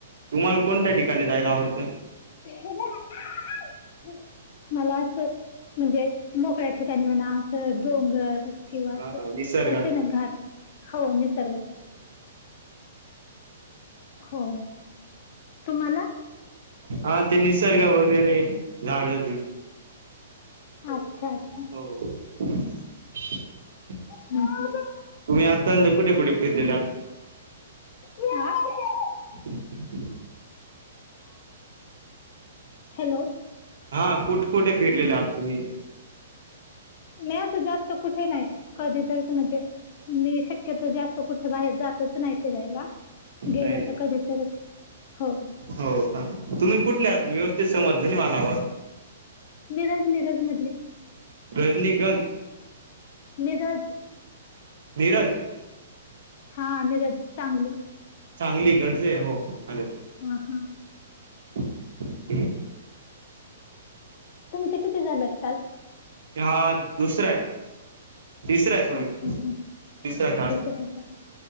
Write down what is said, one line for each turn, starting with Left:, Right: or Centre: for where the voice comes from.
Right: तुम्हाला कोणत्या ठिकाणी जायला आवडतं?
Left: <unintelligible> <inaudible> मला असं, म्हणजे मोकळ्या ठिकाणी मणा असं डोंगर किंवा
Right: हा निसर्गात
Left: असे ना घटात हो निसर्गातील हो. तुम्हाला?
Right: हा ते निसर्ग वगैरे झाडु
Left: अच्छाचं
Right: हो <unintelligible>
Left: हं, हं.
Right: तुम्ही आतांत कुठ कुठे फिरलेलात?
Left: हा <unintelligible>
Right: <unintelligible>
Left: हॅलो
Right: हा कुठ कुठे फिरलेले आहात तुम्ही?
Left: मी असं जास्त कुठे नाही, कधी तरच म्हणजे. मी शक्यतो जास्त कुठे बाहेर जातच नाही फिरायला. गेल्या
Right: नाही
Left: तर कधी तर हो
Right: हो का तुम्ही कुठल्या आहात व्यवस्थित समजलं नाही मला आवाज
Left: मिरज मिरज मधले.
Right: रजनीकांत
Left: मीरज
Right: नीरज
Left: हा निरज, सांगली
Right: सांगली कडज हो हो अल
Left: हा हा
Right: हम्
Left: तुमचे किती झालेत टास्क?
Right: हा दुसरा आहे. तिसर सॉरी
Left: अच्छा
Right: तिसरं
Left: हा
Right: आहे टास्क
Left: तिसरा आहे का